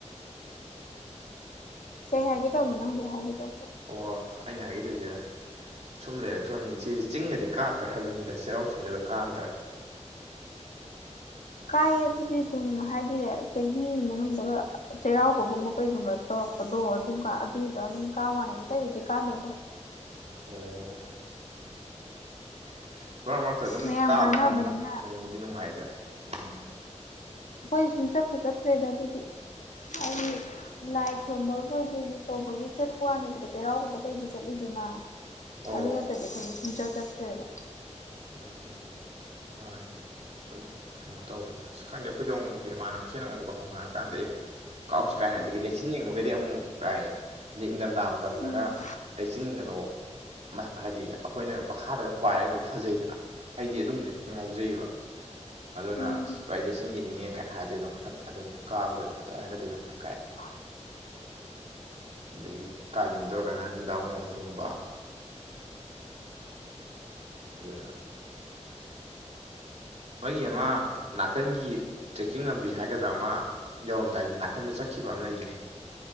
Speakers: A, on the left; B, on the right.
A: ꯀꯩ ꯍꯥꯏꯒꯦ ꯇꯧꯔꯝꯃꯤꯅꯣ ꯅꯪ ꯍꯧꯖꯔꯛ ꯍꯥꯏꯒꯤꯗꯣ
B: ꯑꯣ ꯑꯩꯅ ꯍꯥꯏꯒꯦꯇꯨꯏꯖꯦ ꯁꯨꯝ ꯂꯩꯔꯛꯇ꯭ꯔꯕꯅꯤ ꯏꯆꯦ ꯆꯤꯡꯒꯗꯤ ꯀꯥꯗ꯭ꯔꯥ ꯍꯥꯏꯕꯅꯤꯗ ꯆꯩꯔꯥꯎ ꯆꯤꯡꯒꯗꯣ ꯀꯥꯗ꯭ꯔꯥ
A: ꯀꯥꯏꯌꯦ ꯑꯗꯨꯗꯤ ꯗꯨꯝ ꯍꯥꯏꯗꯤꯅꯦ ꯆꯍꯤ ꯃꯅꯨꯡꯗ ꯆꯩꯔꯥꯎꯕꯒꯨꯝꯕ ꯀꯩꯒꯨꯝꯕ ꯇꯧꯔꯛ ꯄꯗꯣ ꯑꯗꯨꯝ ꯀꯥꯟ ꯑꯗꯨꯗꯪ ꯀꯥꯕ ꯋꯥꯅꯤꯗ ꯑꯇꯩꯗꯗꯤ ꯀꯥꯗꯦꯗ
B: ꯑꯣ ꯑꯣꯀꯦ ꯑꯣꯀꯦ ꯃꯔꯛ ꯃꯔꯛꯇ ꯑꯗꯨꯝ
A: ꯃꯌꯥꯝ
B: ꯀꯥꯕꯁꯨ
A: ꯀꯥꯟꯅꯕꯅꯤꯅ
B: ꯅꯨꯡꯉꯥꯏ ꯅꯨꯡꯕꯨꯗꯤ ꯅꯨꯡꯉꯥꯏꯗ ꯎꯝ
A: ꯑꯩꯈꯣꯏ ꯁꯨꯡꯆꯠꯄꯨ ꯆꯠꯇ꯭ꯔꯦꯗ ꯑꯗꯨꯗꯤ ꯍꯥꯏꯗꯤ ꯂꯥꯏ ꯈꯨꯔꯝꯕꯒ ꯀꯩꯒꯤ ꯇꯧꯕꯒꯤ ꯆꯠꯄ ꯋꯥꯅꯦꯕꯣ ꯆꯩꯔꯥꯎꯕꯗ ꯀꯩꯗꯤ ꯆꯠꯂꯤꯗꯅ
B: ꯑꯣ
A: ꯑꯗꯨ ꯅꯠꯇꯗꯤ ꯑꯩꯈꯣꯏꯗꯤ ꯁꯨꯡꯆꯠ ꯆꯠꯇ꯭ꯔꯦꯕ
B: ꯎꯝ ꯍꯣꯏꯅꯦ ꯀꯩꯅꯣ ꯇꯧꯕꯅꯤꯅ ꯈꯪꯗꯦ ꯑꯩꯈꯣꯏꯁꯨ ꯑꯃꯨꯛ ꯃꯨꯛꯀ ꯏꯃꯥꯟꯅꯕꯁꯤꯅ ꯑꯃꯨꯛ ꯍꯧꯅꯔ ꯀꯥꯟꯗ ꯑꯦ ꯀꯥꯎꯁꯤ ꯀꯥꯏꯅ ꯑꯗꯒꯤ ꯂꯩꯆꯤꯟ ꯌꯦꯡꯕꯒꯗꯤ ꯑꯃꯨꯛ ꯀꯥꯏ ꯑꯗꯩ ꯅꯤꯡꯊꯝꯊꯥ ꯃꯇꯝꯗꯒ
A: ꯎꯝ
B: ꯂꯩꯆꯤꯟꯒꯗꯣ ꯍꯥꯏꯗꯤ ꯑꯩꯈꯣꯏꯅ ꯃꯈꯥꯗꯒ ꯄꯥꯏꯔꯂꯩꯕꯗꯣ ꯐꯖꯩꯗꯅ ꯑꯩꯗꯤ ꯑꯗꯨꯝꯕꯁꯦ ꯈꯔ ꯉꯥꯎꯖꯩꯕ ꯑꯗꯨꯅ
A: ꯎꯝ
B: ꯚꯥꯏ ꯑꯁ ꯑꯩꯗꯤ ꯂꯩꯆꯤꯜ ꯌꯦꯡꯅꯤꯡꯉꯦ ꯀ ꯍꯥꯏꯔꯗꯤ ꯑꯗꯨꯝ ꯈꯔ ꯑꯗꯨꯝ ꯀꯥꯕꯒ ꯑꯗꯨꯃꯥꯏꯅꯒꯗꯤ ꯑꯗꯨꯝ ꯈꯔ ꯀꯥꯏ
A: <inaudible>
B: ꯑꯗꯒꯤ ꯀꯥꯂꯦꯟ ꯑꯣꯏꯔꯀꯥꯟꯗ ꯅꯨꯡꯗꯥꯡ ꯋꯥꯏꯔꯝꯒꯨꯝꯕ ꯑꯗꯨꯅ ꯃꯣꯏꯒꯤ ꯑꯃ ꯅꯥꯀꯟꯒꯤ ꯇ꯭ꯔꯦꯛꯀꯤꯡ ꯂꯝꯕꯤ ꯍꯥꯏꯒꯗ꯭ꯔꯥ ꯑꯃ ꯌꯧꯔꯝꯗꯥꯏꯒꯤ ꯅꯥꯀꯟꯗ ꯆꯠꯈꯤ ꯈꯤꯕ ꯑꯃ ꯂꯩꯔꯤꯅꯦ